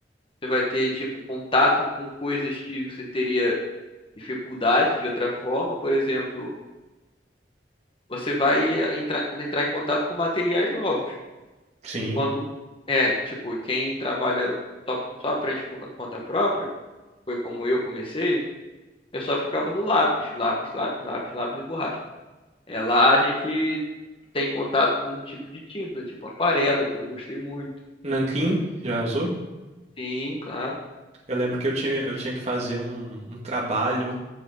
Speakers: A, on the left (about 30°); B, on the right (about 40°).
A: você vai ter tipo contato com coisas que você teria dificuldade de outra forma, por exemplo, você vai entrar, entrar em contato com materiais novos.
B: Sim.
A: Enquanto é, tipo, quem trabalha só, só aprende por conta própria, foi como eu comecei, eu só ficava no lápis, lápis, lápis, lápis, lápis e borracha. É lá a gente tem contato com um tipo de tinta, tipo aquarela, que eu gostei muito.
B: Nanquim, já usou?
A: Sim, claro.
B: Eu lembro que eu tinha, eu tinha que fazer um, um trabalho